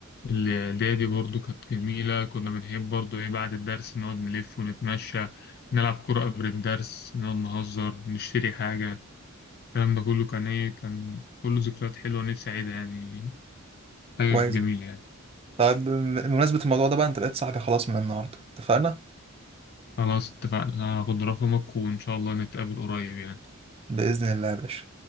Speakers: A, on the left; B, on the right.
A: الإعدادي برضه كانت جميلة كنا بنحب برضه إيه بعد الدرس نقعد نلف ونتمشى نلعب كرة قبل الدرس نقعد نهزر نشتري حاجة الكلام ده كله كان إيه كان كله ذكريات حلوة نفسي أعيدها يعني حاجة
B: كويس
A: جميلة يعني
B: طيب بم- بمناسبة الموضوع ده بقى انت بقيت صاحبي خلاص من النهاردة اتفقنا
A: خلاص اتفقنا هاخد رقمك وإن شاء الله نتقابل قريب يعني.
B: بإذن الله يا باشا